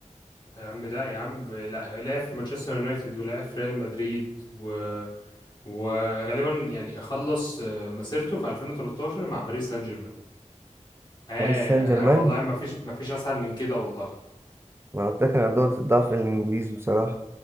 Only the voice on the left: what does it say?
يا عم لا يا عم لا لعب في مانشستر يونايتد ولعب في ريال مدريد و... وغالبا يعني خلص آه، مسيرته في 2013 مع باريس سان جيرمان آه
آه، والله ما فيش ما فيش اسهل من كده والله